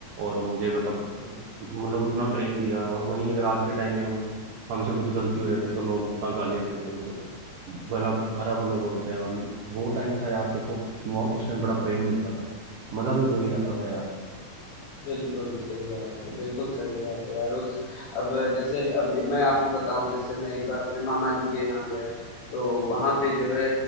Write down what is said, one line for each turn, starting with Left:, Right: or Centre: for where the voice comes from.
Right: और मुझे मतलब मतलब उतना प्रेम दिया और वहीं अगर आज के टाइम में हम हमसे कुछ गलती हो जाती है तो लोग इतना गालियां देते हैं मतलब भला भरा बुरा बोलते हैं और वो टाइम था यार देखो वो उस टाइम बड़ा प्रेम मिलता था मजा भी वही आता था यार
Left: बिल्कुल सही बात है, बिल्कुल सही बात है यार उस अब जैसे अब मैं आपको बताऊँ जैसे मैं एक बार अपने मामा जी के यहाँ गया, तो वहाँ पे जो है